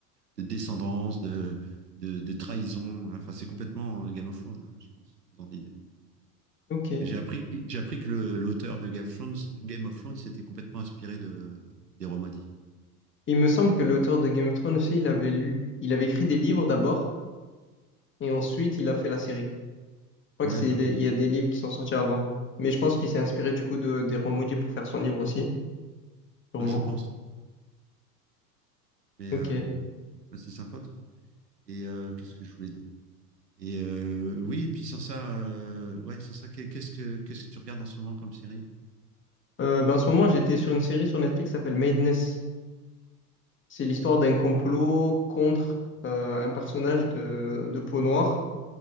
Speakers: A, on the right; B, on the left.
A: de descendance, de, de de trahison. Enfin c'est complètement euh, Game of Thrones, hein, je pense, dans l'idée.
B: Ok.
A: Parce que j'ai appris j'ai appris que le- l'auteur de Game of Thrones, Game of Thrones, s'était complètement inspiré de des rois maudits.
B: Il me semble que l'auteur de Game of Thrones aussi, il avait lu, il avait écrit des livres d'abord et ensuite il a fait la série. Je crois
A: Ouais
B: que c'est,
A: bah
B: les-
A: ouais,
B: il y a des livres qui sont sortis avant. Mais je pense qu'il s'est inspiré du coup de, des Rois Maudits pour faire son livre aussi, sûrement.
A: Ouais, je pense. Mais
B: Ok.
A: euh, bah, c'est sympa tout ça. Et euh, qu'est-ce que je voulais dire? Et euh, oui, et puis sans ça, euh, ouais, sans ça, quel- qu'est-ce que qu'est-ce que tu regardes en ce moment comme série?
B: Euh, ben, en ce moment, j'étais sur une série sur Netflix qui s'appelle Madness. C'est l'histoire d'un complot contre euh, un personnage de, de peau noire.